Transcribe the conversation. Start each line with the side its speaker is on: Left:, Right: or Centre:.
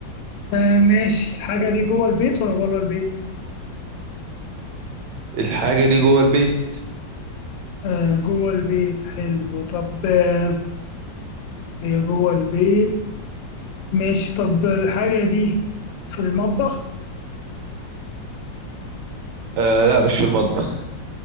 Left: آه ماشي الحاجة دي جوه البيت ولا بره البيت؟
Right: الحاجه دي جوه البيت
Left: آه جوه البيت حلو طب آه هي جوه البيت ماشي طب الحاجة دي في المطبخ
Right: آه لا مش في المطبخ